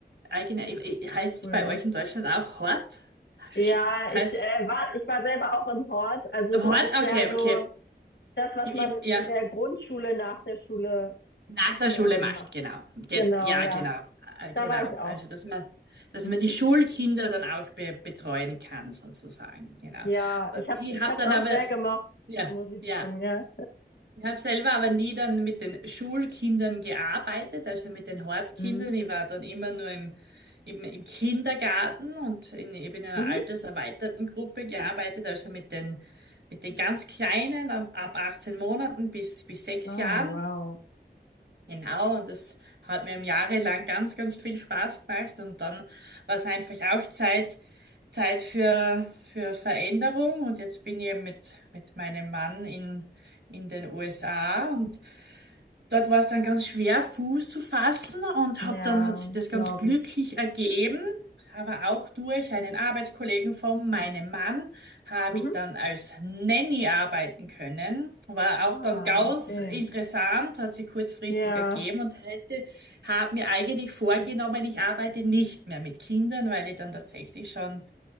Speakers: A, on the right; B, on the left.
A: Eigene, äh, äh, heißt
B: cool.
A: es bei euch in Deutschland auch Hort? Sch-
B: Ja, ich
A: Heißt
B: äh, war, ich war selber auch im Hort. Also
A: Hort?
B: das ist ja
A: Okay, okay.
B: so das, was
A: I-
B: man
A: i- Ja,
B: in der Grundschule nach der Schule
A: nach der Schule
B: äh,
A: macht,
B: macht.
A: genau. Ge
B: Genau,
A: ja,
B: ja.
A: genau. Äh,
B: Da
A: Genau.
B: war ich auch.
A: Also, dass man, dass
B: Mhm.
A: man die Schulkinder dann auch be betreuen kann, sozusagen. Genau.
B: Ja,
A: Äh,
B: ich hab,
A: Ich
B: ich
A: habe
B: hab's
A: dann
B: auch
A: aber,
B: sehr gemocht,
A: ja,
B: muss ich
A: ja.
B: sagen, ja.
A: Ich habe selber aber nie dann mit den Schulkindern gearbeitet, also mit den Hortkindern.
B: Mhm.
A: Ich war dann immer nur im, im, im Kindergarten und in, eben in einer
B: Mhm.
A: alterserweiterten Gruppe gearbeitet, also mit den, mit den ganz Kleinen ab, ab 18 Monaten bis, bis sechs
B: Ah,
A: Jahren.
B: wow.
A: Genau, und das hat mir im Jahre lang ganz, ganz viel Spaß gemacht. Und dann war es einfach auch Zeit, Zeit für, für Veränderung. Und jetzt bin ich eben mit, mit meinem Mann in in den USA und Dort war es dann ganz schwer, Fuß zu fassen und
B: Ja,
A: hab dann hat sich das ganz
B: glaube
A: glücklich
B: ich.
A: ergeben. Aber auch durch einen Arbeitskollegen von meinem Mann habe
B: Mhm.
A: ich dann als Nanny arbeiten können. War
B: Ah,
A: auch dann ganz
B: okay.
A: interessant, hat sich kurzfristig
B: Ja,
A: ergeben und hätte, habe mir eigentlich vorgenommen, ich arbeite nicht mehr mit Kindern, weil ich dann tatsächlich schon